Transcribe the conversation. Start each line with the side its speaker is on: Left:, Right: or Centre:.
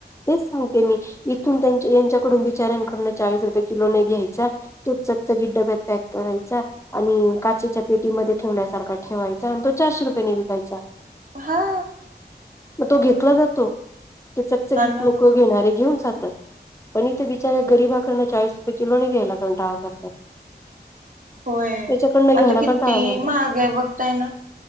Left: तेच सांगते मी इथून त्यां यांच्याकडून बिचाऱ्यांकडनं चाळीस रुपये किलो नाही घ्याय चा <unintelligible> डब्यात पॅक करायचा आणि काचेच्या पेटीमध्ये ठेवल्यासारखा ठेवायचा आणि तो चारशे रुपयाने विकायचा.
Right: हा.
Left: मग तो घेतला जातो ते चकचकीत
Right: हा ना
Left: लोक घेणारे घेऊन जातात. पण इथे बिचाराया गरीबाकडनं चाळीस रुपये किलो नी घ्यायला कंटाळा करतात.
Right: होय
Left: त्याच्याकडनं घ्याला
Right: आता किती
Left: कंटाळा करतात.
Right: महाग बघताय ना